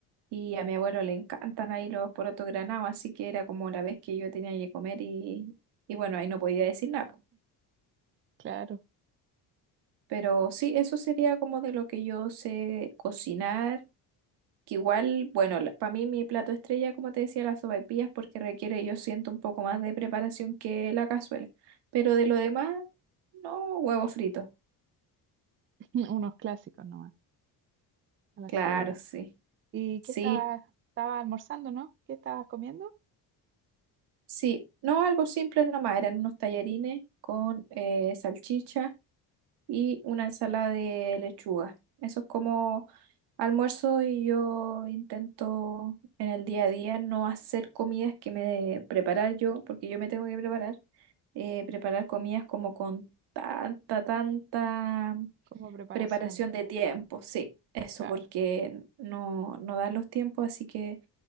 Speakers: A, on the right; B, on the right.
A: Y a mi abuelo le encantan ahí los porotos granados, así que era como la vez que yo tenía que comer y, y bueno, ahí no podía decir nada, po.
B: Claro,
A: Pero sí, eso sería como de lo que yo sé cocinar, que igual, bueno, para mí mi plato estrella, como te decía, las sopaipillas, porque requiere, yo siento, un poco más de preparación que la cazuela. Pero de lo demás, no, huevo frito.
B: <laughs> unos clásicos nomás. A la
A: Claro,
B: segura.
A: sí.
B: ¿Y
A: Sí,
B: qué estabas, estabas almorzando, no? ¿Qué estabas comiendo?
A: sí. No, algo simple nomás. Eran unos tallarines con eh, salchicha y una ensalada de lechuga. Eso es como almuerzo y yo intento en el día a día no hacer comidas que me de- preparar yo, porque yo me tengo que preparar. eh, preparar comidas como con tanta, tanta
B: Como preparación,
A: preparación de tiempo. Sí, eso
B: claro.
A: porque no, no dan los tiempos, así que...